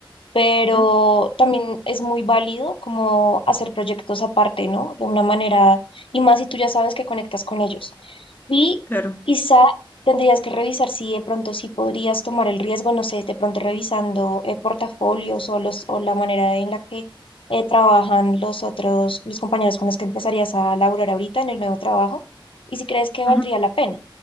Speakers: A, on the left; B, on the left.
A: pero
B: ujú,
A: también es muy válido como hacer proyectos aparte, ¿no? De una manera, y más si tú ya sabes que conectas con ellos. Y
B: Claro,
A: quizá tendrías que revisar si de pronto sí podrías tomar el riesgo, no sé, de pronto revisando eh, portafolios o, los, o la manera en la que eh, trabajan los otros, los compañeros con los que empezarías a laburar ahorita en el nuevo trabajo, y si crees que valdría
B: ujú,
A: la pena,